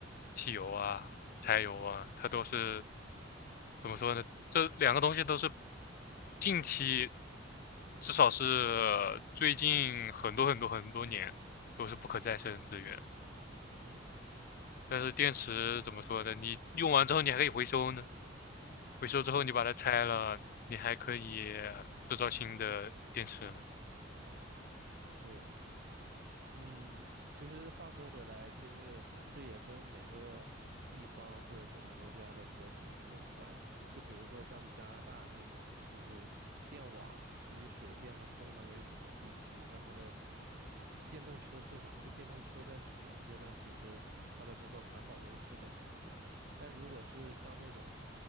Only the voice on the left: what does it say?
汽油啊、柴油啊，它都是怎么说呢？这两个东西都是近期，至少是最近很多很多很多年都是不可再生资源。
但是电池怎么说呢？你用完之后你还可以回收呢，回收之后你把它拆了，
你还可以制造新的电池呢。